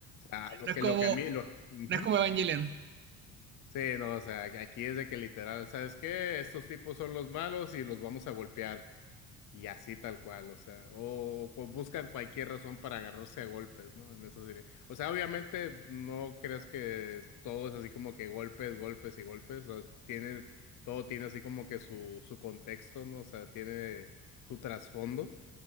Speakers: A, on the left (about 40°); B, on the right (about 25°).
A: sea, lo
B: No
A: que,
B: es como,
A: lo que a mí, lo, ujú.
B: no es como Evangelion.
A: Sí, no, o sea, aquí es de que literal, ¿sabes qué? Estos tipos son los malos y los vamos a golpear. Y así tal cual, o sea, o, o cu- buscan cualquier razón para agarrarse a golpes, ¿no? En esa serie. O sea, obviamente no crees que todo es así como que golpes, golpes y golpes, o sea, tiene, todo tiene así como que su, su contexto, ¿no? O sea, tiene su trasfondo.